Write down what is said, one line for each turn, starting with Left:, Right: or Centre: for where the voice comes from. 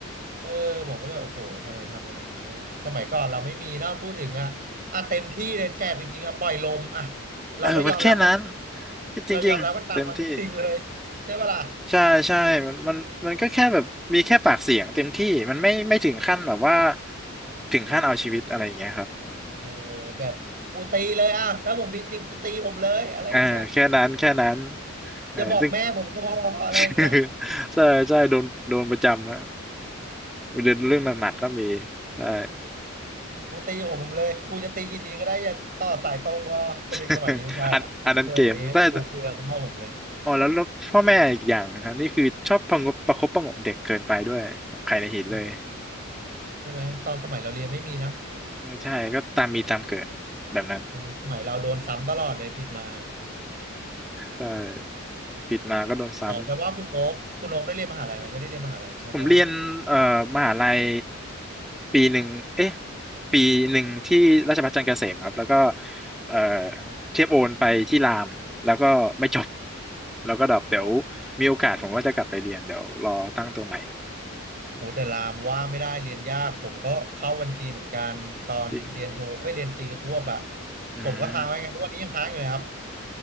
Right: เออผมก็เลยโอ้โหทำไมทำกันอย่างนี้เนี่ยสมัยก่อนเราไม่มีเนาะพูดถึงอ่ะอ่ะเต็มที่เลยแสบจริงๆอ่ะปล่อยลมอ่ะเราก็ยอมรับกัน
Centre: เออมันแค่นั้นจริงๆเต็มที่
Right: เรายอมรับกันตามความเป็นจริงเลยใช่ปะล่ะ
Centre: ใช่ใช่มันมันมันก็แค่แบบมีแค่ปากเสียงเต็มที่มันไม่ไม่ถึงขั้นแบบว่าถึงขั้นเอาชีวิตอะไรอย่างเงี้ยครับ
Right: เออแบบครูตีเลยอ่ะถ้าผมผิดจริงครูตีผมเลยอะไรอย่างเงี้ย
Centre: อ่าแค่นั้นแค่นั้นใช่ซึ่ง
Right: อย่าบอกแม่ผมก็พออะไรอย่างเงี้ย
Centre: <laughs> ใช่ใช่โดนโดนประจำนะเรื่องเรื่องหนักๆก็มี
Right: เออ
Centre: ใช่
Right: ครูตีผมเลยครูจะตีกี่ทีก็ได้อย่าต่อสายตรงพอแต่เด็กสมัยนี้ไม่ใช่อ่ะเรื่องแบบนี้ครูคุยกับพ่อผมเลย
Centre: <laughs> อันอันนั้นเกมแต่อ๋อแล้วแล้วพ่อแม่อีกอย่างนะครับนี่คือชอบประงบประคบประหงมเด็กเกินไปด้วยครับใครในหินเลย
Right: เออใช่ไหมตอนสมัยเราเรียนไม่มีนะ
Centre: ใช่ก็ตามมีตามเกิดแบบนั้น
Right: เออสมัยเราโดนซ้ำตลอดเลยผิดมา
Centre: ใช่
Right: อืม
Centre: ผิดมาก็โดนซ้ำ
Right: อ๋อแปลว่าคุณโอ๊คคุณโอ๊คได้เรียนมหาลัยไหมไม่ได้เรียนมหาลัยใช่ปะ
Centre: ผมเรียนเอ่อมหาลัยปีหนึ่งเอ๊ะปีหนึ่งที่ราชภัฏจันทร์เกษมครับแล้วก็เอ่อ
Right: อ่า
Centre: เทียบโอนไปที่รามแล้วก็ไม่จบแล้วก็ดรอปเดี๋ยว
Right: อ๋อก
Centre: มีโอกาสผมว่าจะกลับไปเรียนเดี๋ยวรอตั้งตัวใหม่
Right: โหแต่รามว่าไม่ได้เรียนยากผมก็เข้าบัญชีเหมือนกันตอนเรียนโทเอ้ยเรียนตรีควบอะ
Centre: จริงอืม
Right: ผมก็ค้างไว้ไงทุกวันนี้ยังค้างอยู่เลยครับ